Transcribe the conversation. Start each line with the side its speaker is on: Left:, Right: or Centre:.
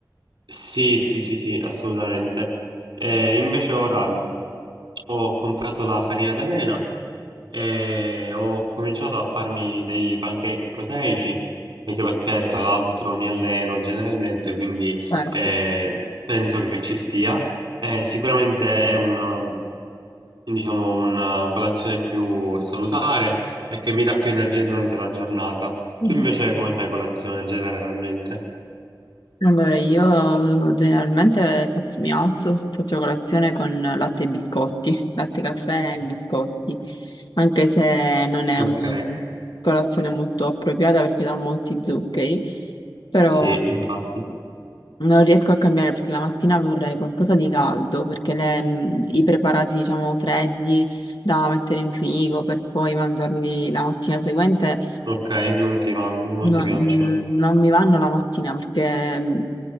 Right: sì, sì, sì, sì, assolutamente. Eh, invece ora ho comprato la farina d'avena e ho cominciato a farmi dei pancake proteici, anche perché tra l'altro mi alleno generalmente, quindi
Left: Certo.
Right: eh, penso che ci stia. Eh, sicuramente è una, diciamo, una colazione più salutare e che mi dà più energia durante la giornata.
Left: Mhm.
Right: Tu invece come fai colazione generalmente?
Left: Allora, io generalmente faccio- mi alzo, faccio colazione con latte e biscotti, latte, caffè e biscotti, anche se non è
Right: Ok,
Left: una colazione molto appropriata perché dà molti zuccheri, però
Right: sì, infatti.
Left: Non riesco a cambiare perché la mattina vorrei qualcosa di caldo, perché le- mh, i preparati, diciamo, freddi da mettere in frigo per poi mangiarli la mattina seguente
Right: Ok, non ti vanno, non
Left: no-
Right: ti piacciono.
Left: mh, non mi vanno la mattina perché mh,